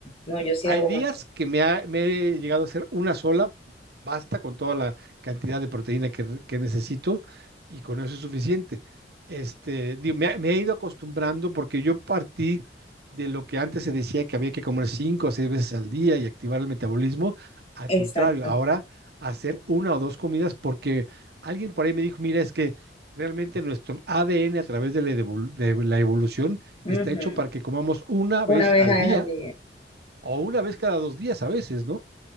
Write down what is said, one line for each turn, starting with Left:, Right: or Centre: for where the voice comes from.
Left: No, yo sí
Right: Hay
Left: hago
Right: días
Left: más.
Right: que me, ha- me he llegado a hacer una sola, basta con toda la cantidad de proteína que, re- que necesito y con eso es suficiente. Este, digo, me, ha- me he ido acostumbrando porque yo partí de lo que antes se decía que había que comer cinco o seis veces al día y activar el metabolismo. Al
Left: Exacto.
Right: contrario, ahora hacer una o dos comidas porque alguien por ahí me dijo, mira, es que realmente nuestro ADN a través de la devol- de la evolución
Left: Ujú.
Right: está hecho para que comamos una vez
Left: Una vez
Right: al
Left: al
Right: día
Left: día.
Right: o una vez cada dos días a veces, ¿no?